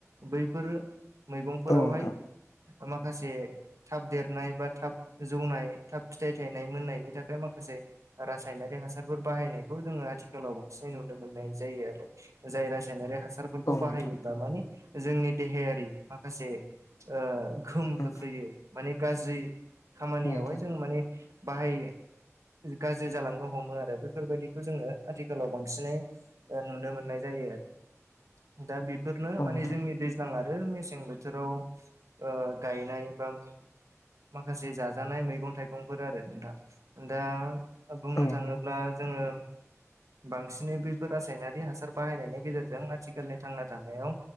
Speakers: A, on the right; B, on the left.
A: बैफोर मैगंफोरावहाय
B: औ नोंथां
A: माखासे थाब देरनाय बा थाब जौनाय थाब फिथाइ थायनाय मोननायनि थाखाय माखासे रासायनारि हासारफोर बाहायनायखौ जोङो आथिखालाव बांसिनै नुनो मोननाय जायो आरो जाय रासायनारि हासारफोरखौ
B: औ नोंथां
A: बाहायोब्ला माने जोंनि देहायारि माखासे ओ गोहोम खोख्लैयो
B: औ
A: माने गाज्रि खामानियावहाय
B: औ नोंथां
A: जों माने बाहाय गाज्रि जालांनो हमो आरो बेफोरबायदिखौ जोङो आथिखालाव बांसिनै नुनो मोननाय जायो आरो दा बे बेफोरनो
B: औ
A: माने
B: नोंथां
A: जोंनि दैज्लां आरो मेसें बोथोराव ओ गायनाय बा माखासे जाजानाय मैगं थाइगंफोर आरो नोंथां। दा बुंनो
B: औ
A: थाङोब्ला
B: नंगौ
A: जोङो बांसिनै बैफोर रासायनारि हासार बाहायनायनि गेजेरजों आथिखालनि थांना थानायाव